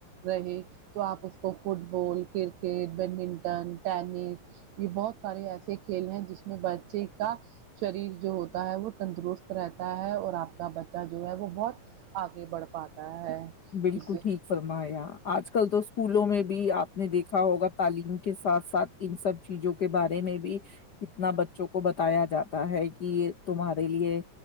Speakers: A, on the right; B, on the left.
A: رہے تو آپ اس کو football cricket badminton tennis یہ بہت سارے ایسے کھیل ہیں جس میں بچے کا شریر جو ہوتا ہے وہ تندرست رہتا ہے اور آپ کا بچہ جو ہے وہ بہت آگے بڑھ پاتا ہے
B: بالکل
A: اس سے
B: ٹھیک فرمایا آج کل تو اسکولوں میں بھی آپ نے دیکھا ہوگا تعلیم کے ساتھ ساتھ ان سب چیزوں کے بارے میں بھی کتنا بچوں کو بتایا جاتا ہے کہ تمہارے لیے